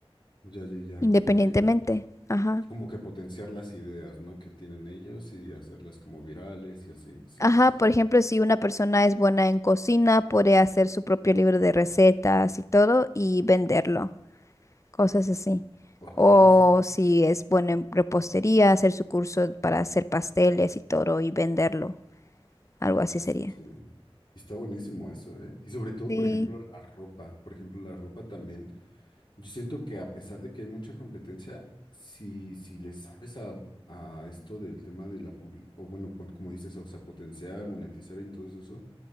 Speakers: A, on the left; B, on the left.
A: ya, ya, ya,
B: independientemente.
A: como que
B: Ajá.
A: Como que potenciar las ideas, ¿no? Que tienen ellos y hacerlas como virales y así. Sí,
B: Ajá,
A: sí, sí.
B: por ejemplo, si una persona es buena en cocina, puede hacer su propio libro de recetas y todo y venderlo. cosas así.
A: Ok,
B: O
A: eso es-
B: si es bueno en repostería, hacer su curso para hacer pasteles y todo y venderlo. Algo así
A: sí,
B: sería.
A: sí, sí. Está buenísimo eso, ¿eh? Y sobre todo,
B: Sí,
A: por ejemplo, la ropa. Por ejemplo, la ropa también. Yo siento que a pesar de que hay mucha competencia, si, si le sabes a, a esto del tema de la publi- o bueno, pon- como dices, o sea, potenciar, monetizar y todo eso,